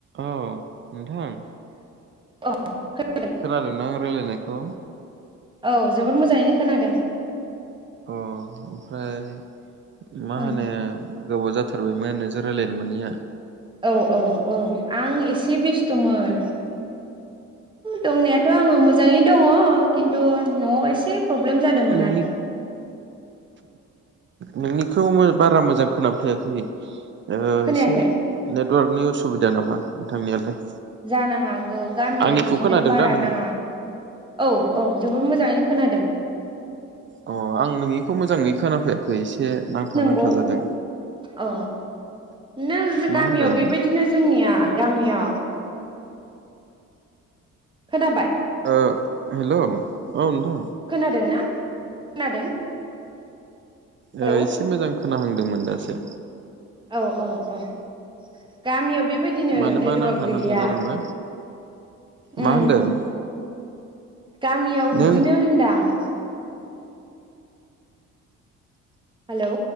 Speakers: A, on the right; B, on the right.
A: औ नोंथां
B: औ <unintelligible> <unintelligible>
A: खोनादोंना आं रायलायनायखौ
B: औ जोबोर मोजाङैनो खोनादों।
A: अ ओमफ्राय मा
B: उम
A: होनो? गोबाव जाथारबायमोन नोंजों रायलायनो मोनिया।
B: औ औ औ आं एसे बेस्थ'मोन। दंनायाथ' आङो मोजाङै दङ खिन्थु न'आव एसे प्रब्लेम जादोंमोन
A: नोंनि
B: आरो।
A: नोंनिखौ मो बारा मोजां खोनाफैयाखै। ओ
B: खोनायाखै
A: एसे नेटवार्क नि उसुबिदा नामा नोंथांनियालाय?
B: जानो हागौ गामियाव
A: आंनिखौ
B: बिदिनो
A: खोनादों
B: बारा
A: दा नोङो
B: नाङा औ औ। जोबोर मोजाङैनो खोनादों।
A: अ आं नोंनिखौ मोजाङै खोनाफैयाखै एसे नांथा
B: नंगौ
A: नांथा जादों
B: अ नोजो
A: मा
B: गामियाव
A: होनदों
B: बेबायदिनो जोंनिया। गामियाव खोनाबाय?
A: ओ हेलौ औ नोंथां
B: खोनादों ना? खोनादों? हेलौ
A: ओ एसे मोजां खोनाहांदोंमोन दासो
B: औ औ औ गामियाव बेबायदिनो
A: मानोबा
B: नेटवार्क
A: नांथा
B: गैया
A: नांथा जादोंबा मा
B: ओं
A: होनदों
B: गामियाव
A: नों
B: बिदिनो होनदां हेलौ